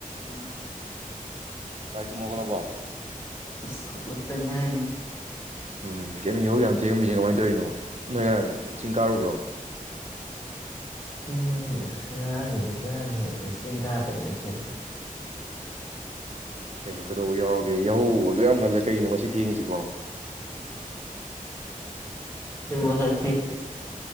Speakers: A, on the left (about 20°); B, on the right (about 50°).
A: ꯎꯨꯝ
B: ꯕꯥꯏ ꯇꯨꯝ ꯍꯧꯒꯠꯂꯕꯣ
A: ꯑꯁ ꯍꯧꯒꯠꯇ ꯉꯥꯏꯔꯤ
B: ꯎꯝ ꯀꯩꯅꯣ ꯌꯥꯍꯧ ꯌꯥꯝ ꯊꯦꯡꯉꯝꯃꯤꯁꯦ ꯀꯃꯥꯏꯅ ꯇꯧꯔꯤꯅꯣ ꯅꯣꯏ ꯉꯔꯥꯡ ꯆꯤꯡ ꯀꯥꯔꯨꯕ꯭ꯔꯣ
A: ꯆꯤꯡ ꯉꯥꯔꯥꯡꯕꯨꯗꯤ ꯀꯥꯔꯨꯏ ꯑꯗꯣ ꯆꯤꯡ ꯀꯥꯕꯩ ꯅꯠꯇꯦꯅ
B: ꯀꯩꯅꯣ ꯀꯩꯗꯧꯕ ꯌꯥꯎꯔꯒꯦ ꯌꯥꯍꯧ ꯑꯗꯨꯌꯥꯝ ꯉꯜꯂ ꯀꯩꯒꯤꯅꯣ ꯉꯁꯤ ꯊꯦꯡꯉꯤꯁꯤꯕꯣ
A: ꯕꯣꯜꯁꯥ ꯊꯦꯡꯕꯩ